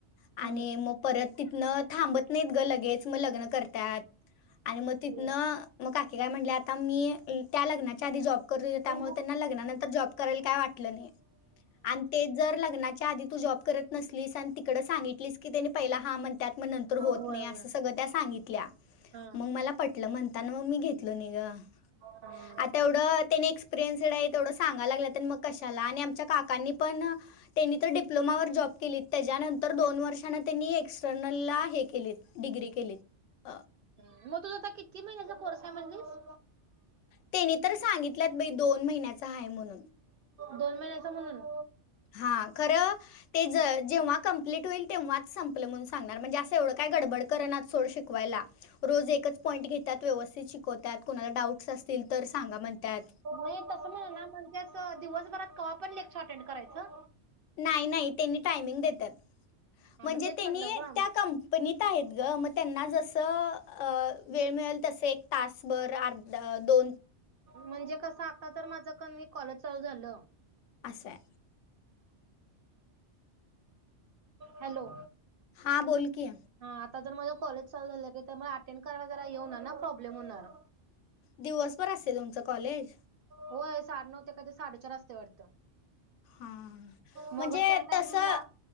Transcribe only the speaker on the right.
हम्म
हम्म
हां.
होय,
होय.
हां,
हं
मग तुझा आता किती महिन्याचा कोर्स आहे म्हणलीस?
दोन महिन्याचा म्हणून?
नाही तसं म्हण ना, म्हणजे असं दिवसभरात कवा पण लेक्चर अटेंड करायचं?
हां,
मग तेच
म्हटलं गं
म्हणजे कसं आता तर माझं की नाही कॉलेज चालू झालं
हॅलो
हा आता जर माझ कॉलेज चालू झालं की म अटेंड करायला जरा हे हुणार ना प्रॉब्लेम होणार.
होय साडे नऊ ते काय ते साडेचार असतंय वाटतं.
मग
त्या टायमिंगला